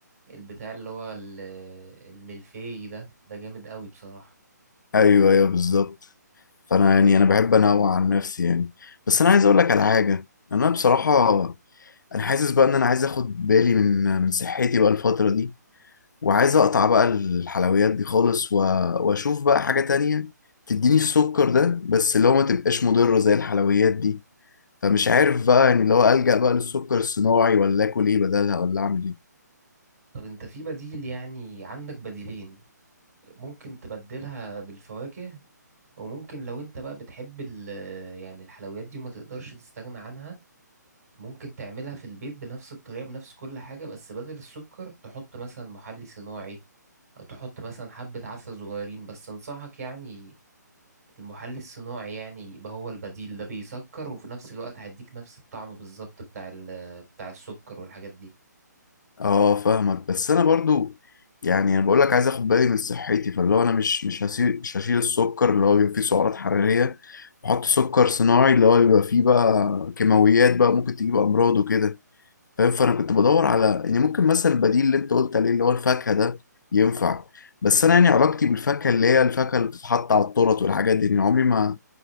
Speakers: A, on the right; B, on the left.
A: البتاع اللي هو ال- الملفي ده ده جامد قوي بصراحة
B: ايوه ايوه بالظبط فانا يعني انا بحب انوع عن نفسي يعني بس انا عايز اقول لك على حاجه انا بصراحه انا حاسس بقى ان انا عايز اخد بالي من من صحتي بقى الفتره دي وعايز اقطع بقى الحلويات دي خالص و... واشوف بقى حاجة تانية تديني السكر ده بس اللي هو ما تبقاش مضرة زي الحلويات دي فمش عارف بقى يعني اللي هو ألجأ بقى للسكر الصناعي ولا اكل ايه بدلها ولا اعمل ايه
A: طب انت في بديل يعني عندك بديلين ممكن تبدلها بالفواكه وممكن لو انت بقى بتحب ال- يعني الحلويات دي وما تقدرش تستغنى عنها ممكن تعملها في البيت بنفس الطريقة بنفس كل حاجة بس بدل السكر تحط مثلا محلي صناعي او تحط مثلا حبة عسل صغيرين بس انصحك يعني المحلي الصناعي يعني يبقى هو البديل ده بيسكر وفي نفس الوقت هيديك نفس الطعم بالظبط بتاع ال- بتاع السكر والحاجات دي
B: اه فاهمك بس انا برضو يعني انا بقول لك عايز اخد بالي من صحتي فاللي هو انا مش مش هسيب مش هشيل السكر اللي هو بيبقى فيه سعرات حرارية واحط سكر صناعي اللي هو بيبقى فيه بقى كيماويات بقى ممكن تجيب امراض وكده فاهم فانا كنت بدور على يعني ممكن مثلا البديل اللي انت قلت عليه اللي هو الفاكهه ده ينفع بس انا يعني علاقتي بالفاكهه اللي هي الفاكهه اللي بتتحط على التورت والحاجات دي يعني عمري ما